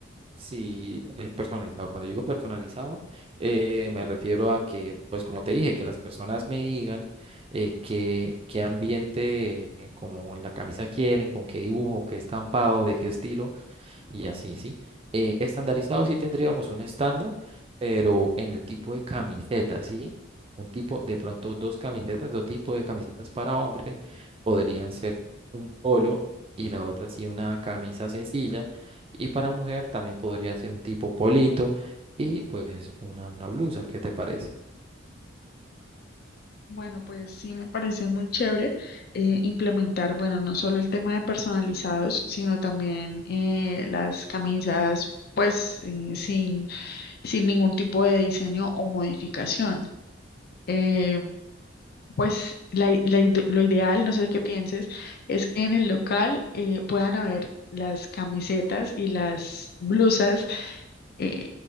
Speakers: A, on the right; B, on the left.
A: si es personalizado. Cuando digo personalizado, eh, me refiero a que, pues como te dije, que las personas me digan eh, qué, qué ambiente eh, como en la camisa quieren, con qué dibujo, qué estampado, de qué estilo y así, ¿sí? Eh, estandarizado sí tendríamos un estándar, pero en el tipo de camiseta, ¿sí? Un tipo, de pronto dos camisetas, dos tipos de camisetas para hombre, podrían ser un polo y la otra sí una camisa sencilla, y para mujer también podría ser un tipo polito y pues una, una blusa, ¿qué te parece?
B: Bueno, pues sí me parece muy chévere eh, implementar, bueno, no solo el tema de personalizados, sino también eh, las camisas, pues eh, sin, sin ningún tipo de diseño o modificación. Eh, pues la i- la ide- lo ideal, no sé qué pienses, es que en el local eh, puedan haber las camisetas y las blusas eh,